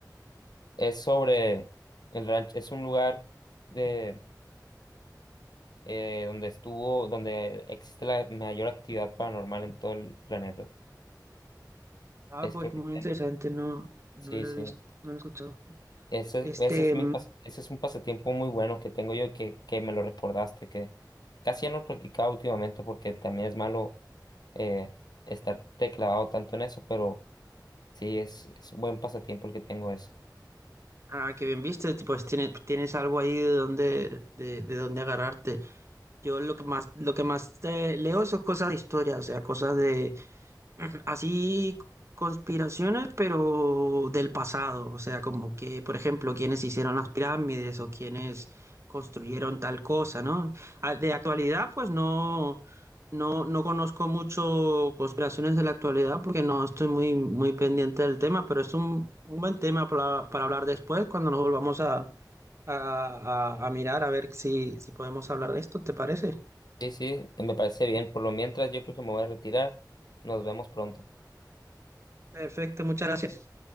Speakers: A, on the left; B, on the right.
A: Es sobre el rancho, es un lugar de eh, donde estuvo, donde existe la mayor actividad paranormal en todo el planeta.
B: Ah,
A: Es
B: pues
A: creo
B: muy
A: que está
B: interesante,
A: en-
B: no, no
A: sí,
B: lo
A: sí.
B: he visto, no lo he escuchado.
A: Ese,
B: Este,
A: ese es mi pas- ese es un pasatiempo muy bueno que tengo yo y que, que me lo recordaste, que casi ya no lo practicaba últimamente porque también es malo eh, estar teclado tanto en eso, pero sí, es, es un buen pasatiempo el que tengo ese.
B: Ah, qué bien viste, tipo, es- tienes, tienes algo ahí de donde, de, de donde agarrarte. Yo lo que más, lo que más eh, leo son cosas de historia, o sea, cosas de así conspiraciones, pero del pasado. O sea, como que, por ejemplo, quienes hicieron las pirámides o quienes construyeron tal cosa, ¿no? Ah, De actualidad, pues no, no, no conozco mucho conspiraciones de la actualidad porque no estoy muy, muy pendiente del tema, pero es un, un buen tema para, para hablar después cuando nos volvamos a a, a- a mirar a ver si, si podemos hablar de esto, ¿te parece?
A: Sí, sí, me parece bien. Por lo mientras, yo creo que me voy a retirar. Nos vemos pronto.
B: Perfecto, muchas gracias.